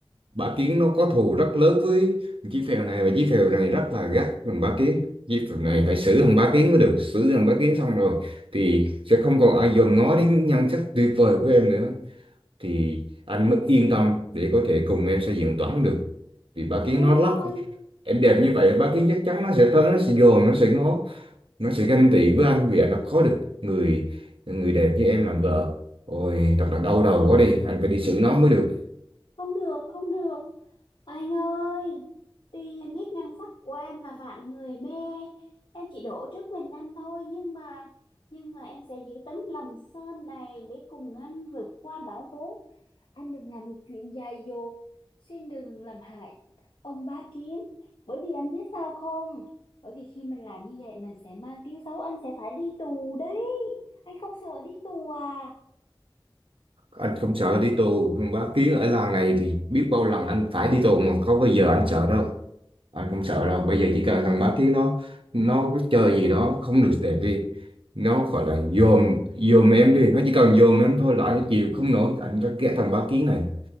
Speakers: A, on the right; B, on the left.
A: Bá Kiến nó có thù rất lớn với Chí Phèo này và Chí Phèo này rất là gắt thằng Bá Kiến Chí Phèo này phải xử thằng Bá Kiến mới được xử thằng Bá Kiến xong rồi thì sẽ không còn ai dòm ngó đến nhan sắc tuyệt vời của em nữa thì anh mới yên tâm để có thể cùng em xây dựng toán được vì Bá Kiến
B: em
A: nó lắc
B: ơi,
A: em đẹp như vậy Bá Kiến chắc chắn nó sẽ tới nó sẽ dòm nó sẽ ngó nó sẽ ganh tị với anh vì anh đã có được người người đẹp như em làm vợ ôi thật là đau đầu quá đi anh phải đi xử nó mới được
B: Không được, không được. Anh ơi, tuy em biết nhan sắc của em là vạn người mê, em chỉ đổ trước mình anh thôi, nhưng mà nhưng mà em sẽ giữ tấm lòng son này để cùng anh vượt qua bão tố. Anh đừng làm chuyện dại dột, xin đừng làm hại ông bá kiến. Bởi vì anh biết sao không? Bởi vì khi mình làm như vậy mình sẽ mang tiếng xấu, anh sẽ phải đi tù đấy. Anh không sợ đi tù à?
A: anh không sợ đi tù không bá kiến ở làng này thì biết bao lần anh phải đi tù mà có bao giờ anh sợ đâu anh không sợ đâu bây giờ chỉ cần thằng bá kiến nó nó có chơi gì đó không được đẹp đi nó gọi là dòm dòm em đi nó chỉ cần dòm em thôi là anh chịu không nổi anh rất ghét thằng bá kiến này